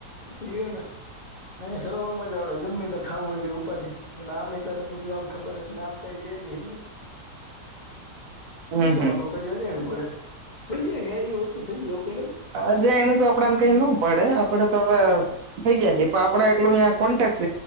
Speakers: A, on the left; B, on the right.
A: સ હો ના અ સરોવરમાં જ આવડે ગમે ત્યારે ખાવું હોય કઈ ઉપાધિ અને આમે તારે બધું એમ ખબર એટલે આમ કઈ છે ને હિન્દ
B: હમ
A: લિમાં
B: હમ
A: થોડુંક હ જ અજાણું પડે થઈ જાય ને આ એ વસ્તુ થઈ જાય એ
B: હજ એનું તો આપડને કઈ ન પડે આપડે તો હવે થઈ ગયા છે. આપડે એટલું કોન્ટેક્ટસ